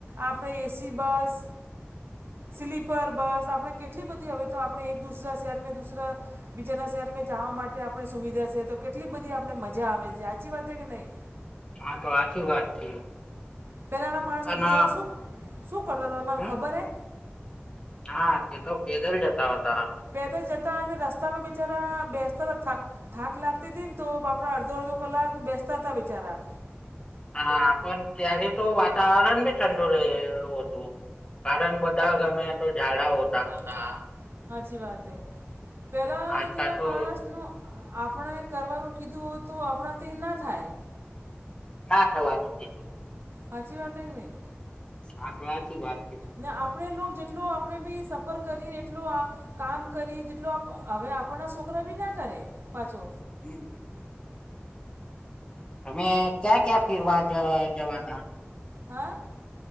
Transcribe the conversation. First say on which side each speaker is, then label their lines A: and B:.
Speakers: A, on the right; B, on the left.
A: આપણે એસી બસ.
B: <inaudible>
A: સ્લીપર બસ આપણે કેટલી બધી હવે તો આપણે એક દુસરા શહેર દુસરા, બીજાના શહેર જવા માટે આપણે સુવિધા છે, તો કેટલી બધી આપણે મજા આવે છે, સાચી વાત છે કે નહીં.
B: હા તો વાચી વાત છે.
A: પહેલાંના માણસ
B: પણ
A: તો બિચારા શું શું કરતા હતા તમાને
B: હમ
A: ખબર હ?
B: હા તે તો પેદલ જતા હોતા.
A: પેદલ જતા અને રસ્તામાં બેચારા બેસતા હતા. થાક લાગતી હતી ને તો બાપડા અડધો-અડધો કલાક બેસતા હતા બિચારા.
B: હા પણ ત્યારે તો વાતાવરણ બી ઠંડુ રહે હતું. કારણ બધા ગમે તો ઝાડા ઓ
A: હોતા હાચી વાત એ પેલા
B: આજકાલ
A: જેવા
B: તો
A: માણસ નું આપણે કરવાનું કીધું હોય તો આપડાથી ના થાય.
B: ના થવા નથી
A: હાચી વાત એ કે નહી
B: હા તો હાચી વાત છે
A: ને આપણે લો જેટલો આપણે બી સફર કરીએ એટલો આ કામ કરી જેટલો હવે આપણના છોકરા બી ના કરે પાછો
B: હમ તમે ક્યાં-ક્યાં ફીરવા જ જવાના
A: અ